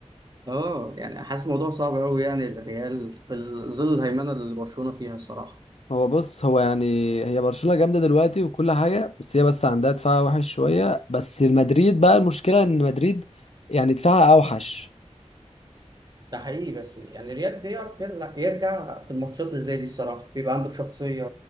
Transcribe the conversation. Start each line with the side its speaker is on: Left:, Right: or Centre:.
Right: اه يعني حاسس الموضوع صعب قوي يعني الريال في ظل الهيمنه اللي برشلونه فيها الصراحه.
Left: هو بص هو يعني هي برشلونة جامدة دلوقتي وكل حاجة بس هي بس عندها دفاع وحش شوية بس مدريد بقى المشكلة إن مدريد يعني دفاعها أوحش
Right: ده حقيقي بس يعني الريال بيعرف يرجع يرجع في الماتشات اللي زي دي الصراحه بيبقى عنده شخصيه